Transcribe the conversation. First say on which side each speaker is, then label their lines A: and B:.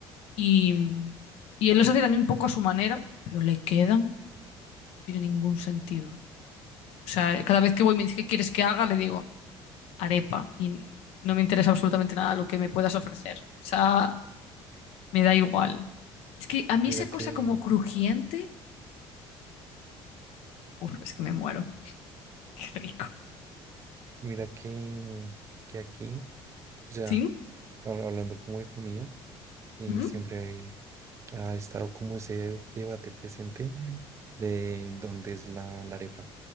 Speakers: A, on the left (about 80°); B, on the right (about 30°).
A: Y, y él los hace también un poco a su manera, pero le quedan, no tiene ningún sentido. ¿eh? O sea, cada vez que voy y me dice, ¿qué quieres que haga? Le digo, arepa, y no me interesa absolutamente nada lo que me puedas ofrecer. O sea, me da igual. Es que a mí
B: Mira
A: esa
B: que,
A: cosa como crujiente, uf, es que me muero. <laughs> Qué rico.
B: mira que, mm, que aquí, o sea,
A: ¿Sí?
B: hab- hablando como de comida, y
A: Ujú.
B: siempre hay- ha estado como ese debate presente Ujú. de dónde es la, la arepa.